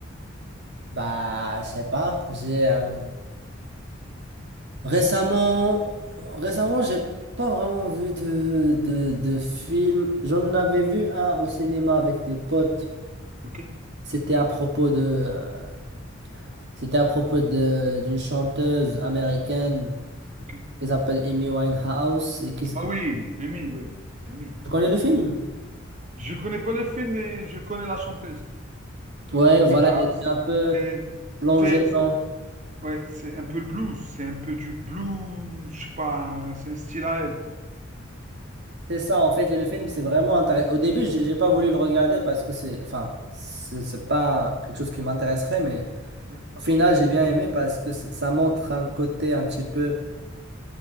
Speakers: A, on the right; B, on the right.
A: Bah, je sais pas. J'ai euh, récemment, récemment, j'ai pas vraiment vu de, de, de film. J'en avais vu un au cinéma avec des potes.
B: Ok,
A: C'était à propos de, euh, c'était à propos de d'une chanteuse américaine
B: ok.
A: qui s'appelle Amy Winehouse et qui.
B: Ah oui, Amy, oui, Amy.
A: Tu connais le film?
B: Je connais pas le film, mais je connais la chanteuse.
A: Ouais, voilà,
B: Winehouse.
A: il était un peu
B: Et
A: plongé
B: C'est c'est-
A: dans,
B: ouais, c'est un peu le blues, c'est un peu du blues, je sais pas, c'est un style à elle, quoi.
A: C'est ça en fait, et le film c'est vraiment intéressant. Au début, j'ai j'ai pas voulu le regarder parce que c'est, enfin, c'est c'est pas quelque chose qui m'intéresserait, mais
B: Oui,
A: au final j'ai bien aimé parce que c- ça montre un côté un petit peu